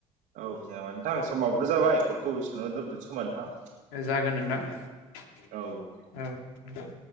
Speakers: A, on the right (about 75°); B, on the left (about 85°).
A: औ जेनेबा नोंथां समाबोथ' जाबाय कलखौ एसेनावनो दोनथ'नोसै नामा नोंथां?
B: ए जागोन नोंथां
A: औ औ
B: औ।